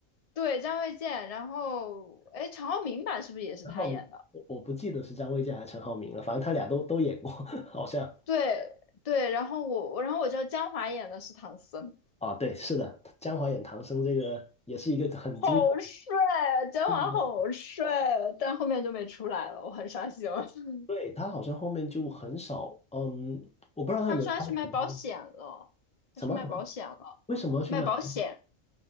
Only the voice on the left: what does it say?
对，张卫健。然后哎，常浩明版是不是也是他演的？
对对，然后我，我，然后我觉得江华演的是唐僧，
好帅，啊，江华好帅，
啊，但后面就没出来了，我很伤心。<laughs>
他们说他去卖保险了，他去卖保险了，
卖保险，